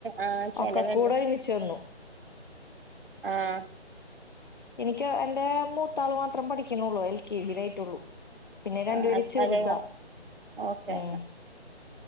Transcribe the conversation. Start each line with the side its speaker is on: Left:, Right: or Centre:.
Right: ആഹ് ചെലവല്ലേ
Left: ഒക്കെ കൂടെ ഒരുമിച്ച് വന്നു
Right: ആഹ്
Left: എനിക്ക് എന്റെ മൂത്താള് മാത്രം പഠിക്കണുള്ളൂ എൽ കെ ജിയുടെ ആയിട്ടുള്ളൂ പിന്നെ രണ്ടുപേര്
Right: ആ
Left: ചെറുത
Right: അതെയോ ഓക്കെ
Left: ഉം